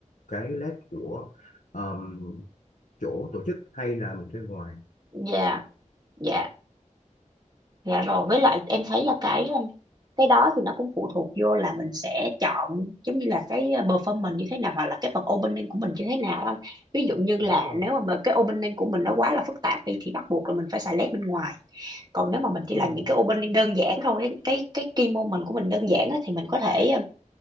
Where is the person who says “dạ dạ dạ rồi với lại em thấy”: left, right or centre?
Right